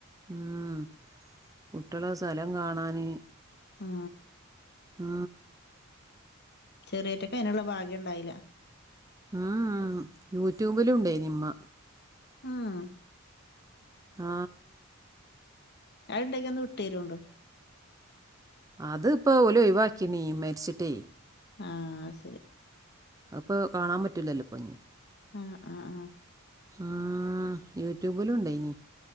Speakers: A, on the right (about 15°); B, on the left (about 50°).
A: ഉം കുട്ടികളെ സ്ഥലം കാണാന്.
B: ആ
A: ആ
B: ചെറിയറ്റൊക്കെ അതിനുള്ള ഭാഗം ഉണ്ടായില്ല.
A: ഉം യൂട്യൂബിലും ഉണ്ടേ നിമ്മ.
B: ആണോ
A: ആ
B: ണ്ടാകിൽ ഒന്ന് വിട്ടുതരോണ്ട്
A: അത്പ്പോ ഓല് ഒഴിവാക്കിണീ മരിച്ചിട്ടേ
B: ആ അത്ശരി
A: അപ്പൊ കാണാൻ പറ്റില്ലല്ലോ പൊന്നി
B: ആ ആ ആ
A: ആ യൂട്യൂബിലും ഉണ്ട് ഇനി